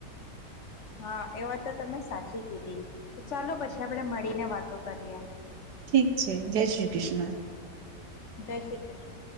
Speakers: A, on the left (about 50°); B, on the right (about 70°).
A: હા એ વાત તો તમે સાચી કીધી ચાલો પછી આપડે મળીને વાતો કરીએ
B: ઠીક છે જય શ્રી કૃષ્ણ
A: જય શ્રી કૃષ્ણ.